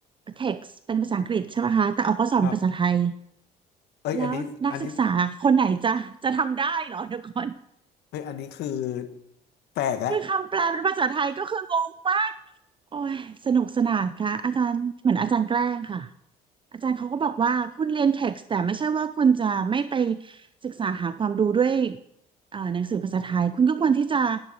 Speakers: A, on the right; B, on the left.
A: text เป็นภาษาอังกฤษใช่ไหมคะแต่ออกข้อสอบเป็นภาษาไทย
B: ครับ เอ้ยอันนี้อันนี้
A: แล้วนักศึกษาคนไหนจะจะทำได้เหรอเดี๋ยวก่อน
B: เอ้ยอันนี้คือแปลกแล้ว
A: คือคำแปลเป็นภาษาไทยก็คืองงมากโอ้ยสนุกสนานค่ะอาจารย์เหมือนอาจารย์แกล้งค่ะอาจารย์เขาก็บอกว่าคุณเรียนเท็กซ์แต่ไม่ใช่ว่าคุณจะไม่ไปศึกษาหาความรู้ด้วยเอ่อหนังสือภาษาไทยคุณก็ควรที่จะ